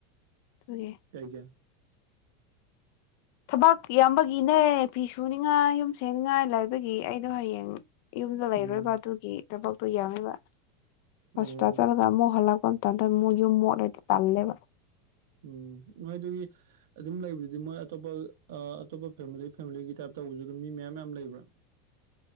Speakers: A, on the left (about 65°); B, on the right (about 80°).
A: ꯑꯗꯨꯒꯤ
B: ꯀꯩꯒꯤ
A: ꯊꯕꯛ ꯌꯥꯝꯕꯒꯤꯅꯦ ꯐꯤ ꯁꯨꯅꯤꯉꯥꯏ ꯌꯨꯝ ꯁꯅꯤꯡꯉꯥꯏ ꯂꯥꯏꯕꯒꯤ ꯑꯩꯗꯣ ꯍꯌꯦꯡ ꯌꯨꯝꯗ ꯂꯩꯔꯣꯏꯕ
B: ꯎꯝ
A: ꯑꯗꯨꯒꯤ ꯊꯕꯛꯇꯣ ꯌꯦꯡꯉꯕ ꯍꯣꯁꯄꯤꯇꯥꯜ
B: ꯑꯣ
A: ꯆꯠꯂꯒ ꯑꯃꯨꯛ ꯍꯜꯂꯛꯄ ꯀ ꯇ ꯃꯣꯏ ꯌ ꯃꯣꯣꯔꯗꯤ ꯇꯥꯜꯂꯦꯕ
B: ꯎꯝ ꯃꯣꯏ ꯑꯗꯨꯒꯤ ꯑꯗꯨꯝ ꯂꯩꯕꯗꯨꯗꯤ ꯃꯣꯏ ꯑꯇꯣꯞꯄ ꯑꯇꯣꯞꯄ ꯐꯦꯃꯤꯂꯤ ꯐꯦꯃꯤꯂꯤꯒꯤ ꯇꯥꯏꯞꯇꯧꯕꯁꯨ ꯑꯗꯨꯝ ꯃꯤ ꯃꯌꯥꯝ ꯌꯥꯝꯌꯥꯝ ꯂꯩꯕ꯭ꯔꯥ